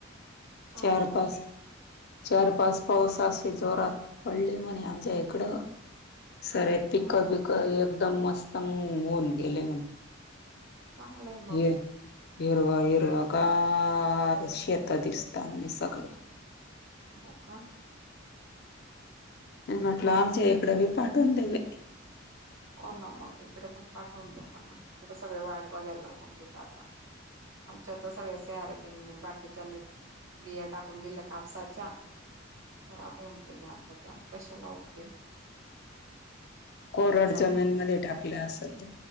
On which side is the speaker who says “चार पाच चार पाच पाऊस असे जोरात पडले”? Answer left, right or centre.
Left